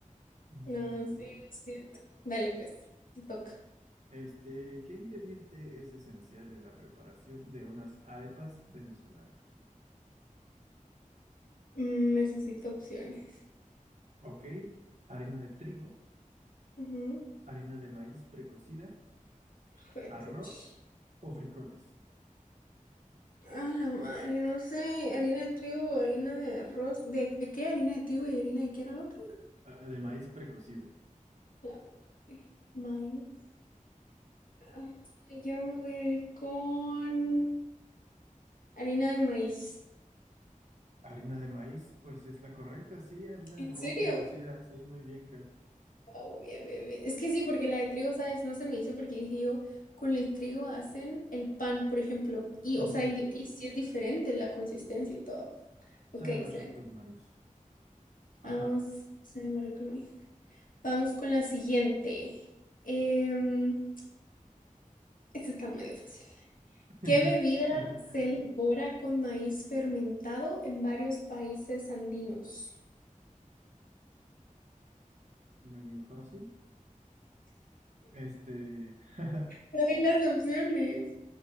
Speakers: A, on the right; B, on the left.
A: Mm,
B: No, sí, lo siento. Dale, pues, te toca.
A: Este, ¿qué ingrediente es esencial en la preparación de unas arepas venezolanas?
B: Mm, necesito opciones.
A: Ok, harina de trigo,
B: Ujú.
A: harina de maíz precocida,
B: Fue,
A: arroz
B: puch.
A: o frijoles.
B: A la madre, no sé, harina de trigo o harina de arroz. ¿De, de qué harina de trigo y harina de qué era el otro?
A: Ah, de maíz precocido.
B: La madre. Maíz. Ay, yo me voy a ir con harina de maíz.
A: Harina de maíz, pues es la correcta, sí, harina
B: ¿En
A: de maíz
B: serio?
A: precocida, sí, muy bien, Kat.
B: Wow, bien, bien, bien. Es que sí, porque la de trigo, ¿sabes? No se me hizo porque dije yo, con el trigo hacen el pan, por ejemplo. Y,
A: Ujú,
B: o sea, y, y sí es diferente la consistencia y todo. Ok,
A: Sabe
B: excelente.
A: más rico el maíz. Ajá.
B: Vamos, se me arregló el maíz. Vamos con la siguiente. Em, Este está medio fácil.
A: <laughs>
B: ¿Qué bebida
A: Ajá.
B: se elabora con maíz fermentado en varios países andinos?
A: Medio fácil. Este, <laughs>
B: Trae las opciones.